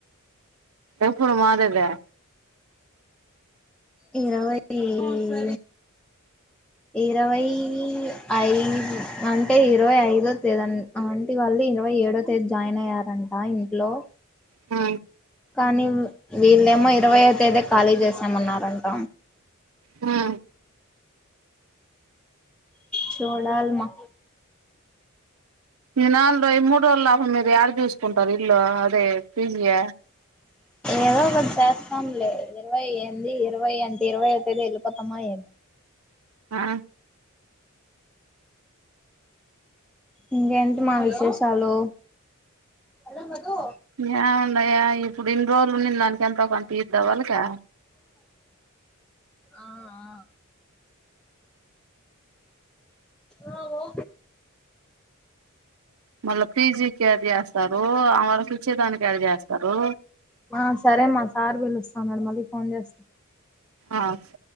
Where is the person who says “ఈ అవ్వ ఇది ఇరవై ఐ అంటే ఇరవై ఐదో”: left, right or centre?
Centre